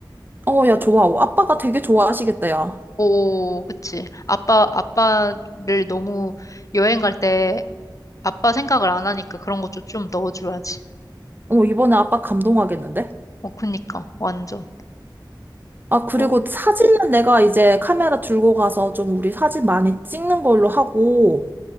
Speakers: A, on the right; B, on the left.
A: 어, 야, 좋아. 어, 아빠가 되게 좋아하시겠다, 야.
B: 오, 그치. 아빠, 아빠를 너무 여행 갈 때 아빠 생각을 안 하니까 그런 것도 좀 넣어줘야지.
A: 어, 이번에 아빠 감동하겠는데?
B: 어, 그니까. 완전.
A: 아, 그리고
B: 어,
A: 사진은 내가 이제 카메라 들고 가서 좀 우리 사진 많이 찍는 걸로 하고,